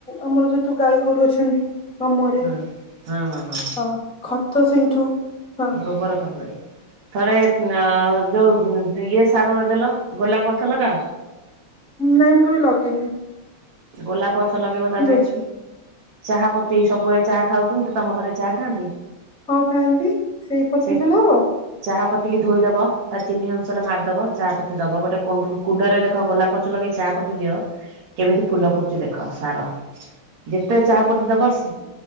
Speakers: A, in the centre; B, on the right.
A: ଆମର ଯ ତୁ ଗାଈ ଗୋରୁ ଅଛନ୍ତି ମାମୁରେ ମୁହଁରେ
B: ହଁ ହଁ ହଁ ହଁ
A: ତ ଖତ ସେଇଠୁ ହଁ
B: ଗୋବରଖତରେ ଥରେ ଯୋଉ ଇଏ ସାରରେ ଦେଲ ଗୋଲାପ ଗଛ ଲଗାଅ?
A: ନାଇଁ ମୁଁ କେବେ ଲେଗେଇନି।
B: ଗୋଲାପ ଗଛ ଲଗେଇବ ତା ଦେ
A: ଅଛି।
B: ଚାହା ପତି ସବୁବେଳେ ଚାହା ଖାଉଛନ୍ତି ତମ ଘରେ ଚାହା ଖାଆନ୍ତି?
A: ହଁ ଖାଆନ୍ତି <unintelligible>
B: ସେଇ
A: ଦେଲେ ହବ?
B: ଚାହା ପତିକି ଧୋଇଦବ ତା ଚିନି ଅନୁସାରେ ମାରିଦବ ଚାହା ପୋତି ଦବ ଗୋଟେ କ କୁଣ୍ଡରେଖ ଗୋଲାପଛ ଲଗେଇ ଚାହା ପ ଦିଅ କେମିତି ଫୁଲ ଫୁଟୁଛି ଦେଖ ସାର ଯେତେ ଚାହା ପତି ଦବ